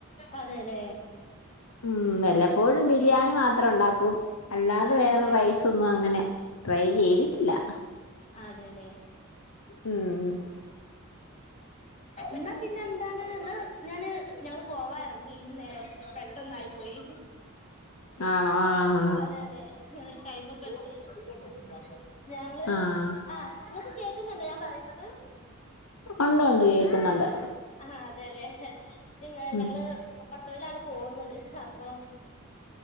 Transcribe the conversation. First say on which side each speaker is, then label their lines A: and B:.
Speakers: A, on the left; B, on the left.
A: അതെല്ലേ
B: ഉം വല്ലപ്പോഴും ബിരിയാണി മാത്രം ഉണ്ടാക്കും അല്ലാതെ
A: അതെല്ലേ
B: വേറെ റൈസ ഒന്നും അങ്ങനെ ട്രൈ ചെയ്തിട്ടില്ല
A: അതെല്ലെ
B: ഉം
A: ഇന്നാ പിന്നെ എന്താണ് എന്നാ ഞാന് ഞങ്ങള് പോവാ ഇറങ്ങി പെട്ടന്നായി പോയി
B: ആണോ ആഹ്
A: അതെ അതെ മ് ടൈമ് ഇപ്പേ എത്ര ഞങ്ങള്
B: ആഹ് ആഹ്
A: ഇങ്ങക്ക് കേക്കുന്നുണ്ടോ ഞാൻ പറയുന്നത്
B: ഉണ്ട് ഉണ്ട് കേക്കുന്നുണ്ട്
A: ആഹ് അതെല്ലേ നിങ്ങ
B: ഉം
A: ഞങ്ങള് ഓട്ടോയിലാണ് പോവുന്നത് അപ്പൊ